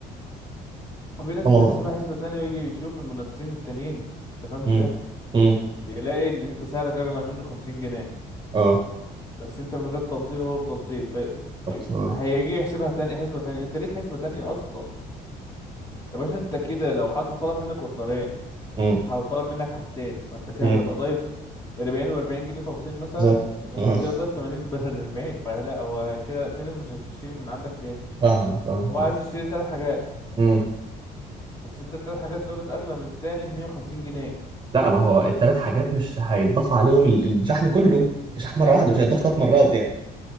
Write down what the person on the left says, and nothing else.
وفي ناس
بتحسبها حسبة تانية ويجي يشوف المنافسين التانيين انت فاهم ازاي
يلاقي ان انت سعرك اغلى منه خمسين جنيه
بس انت من غير توصيل هو بتوصيل ف
أي-
هيجي يحسبها تاني حسبة تانية انت ليك حسبة تانية اصلا يا باشا انت كده لو حد طلب منك اوردرين
او طلب منك حاجتين ما انت كده
هتبقى ضايف 40 و40 جنيه توصيل مثلا
يبقى
انت كده ضايف 80 بدل 40 فلا هو كده في ناس مش هتشتري من عندك ليه
هو
عايز يشتري ثلاث حاجات
بس انت الثلاث حاجات دولت اغلى من التاني ب 150 جنيه
لا
ما انت
مش
ه-